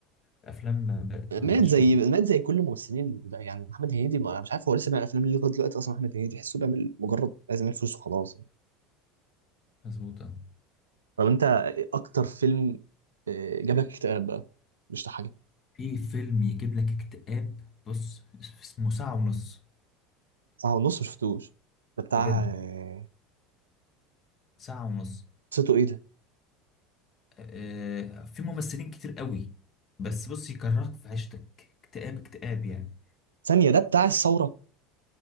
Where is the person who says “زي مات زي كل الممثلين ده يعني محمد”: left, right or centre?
Right